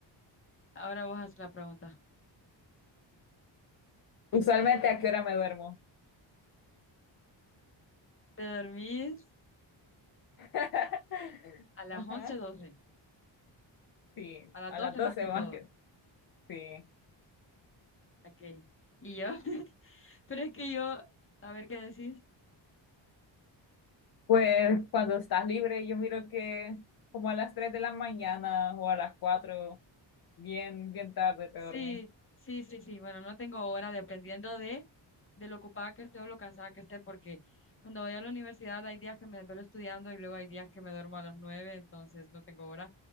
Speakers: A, on the left; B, on the left.
A: ahora vos haces la pregunta.
B: Usualmente, ¿a qué hora me duermo?
A: ¿Te dormís
B: <laughs>
A: a las
B: Ajá.
A: once doce
B: Sí,
A: A las
B: a
A: 12
B: las 12
A: más que
B: más
A: todo.
B: que. Sí.
A: Ok. ¿Y yo? <laughs> Pero es que yo, a ver qué decís.
B: Pues cuando estás libre, yo miro que como a las 3 de la mañana o a las 4 bien, bien tarde te
A: Sí,
B: dormí.
A: sí, sí, sí. Bueno, no tengo hora dependiendo de, de lo ocupada que esté o lo cansada que esté, porque cuando voy a la universidad hay días que me desvelo estudiando y luego hay días que me duermo a las nueve, entonces no tengo hora.